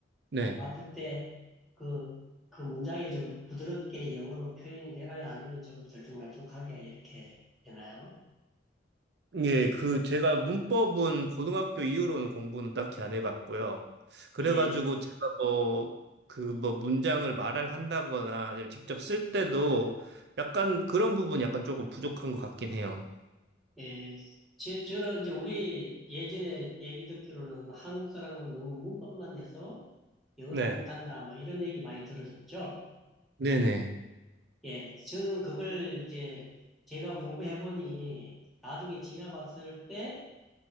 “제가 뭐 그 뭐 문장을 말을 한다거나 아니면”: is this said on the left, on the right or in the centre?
Right